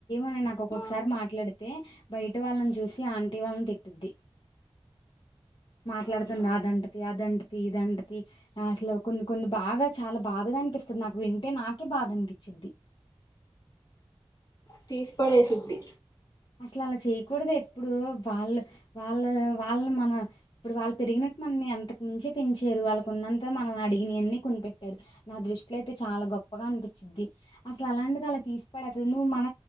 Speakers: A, on the left; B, on the left.
A: ఏమోనే నాకు ఒక్కొక్కసారి
B: ఆ
A: మాట్లాడితే బయట వాళ్ళని చూసి ఆంటీ వాళ్ళని తిట్టుద్ది మాట్లాడుతుంది
B: అవును
A: అదంటది అదంటది ఇదింటది అసలు కొన్ని కొన్ని బాగా చాలా బాధగా అనిపిస్తుంది నాకు వింటే నాకే బాధ అనిపించిద్ది. <inaudible>
B: తీసేపడేసిద్ది.
A: అసలు అలా చేయకూడదు ఎప్పుడూ వాళ్ళు వాళ్ళ వాళ్ళు మన ఇప్పుడు వాళ్ళు పెరిగినట్టు మనని అంతకు మించే పెంచారు. వాళ్ళకు ఉన్నంతలో మనం అడిగిన వన్నీ కొనిపెట్టారు. నా దృష్టిలో అయితే చాలా గొప్ప గా అనిపించిద్ది. అసలు అలాంటిది అలా తీసి పడేస్తాంది. నువ్వు మన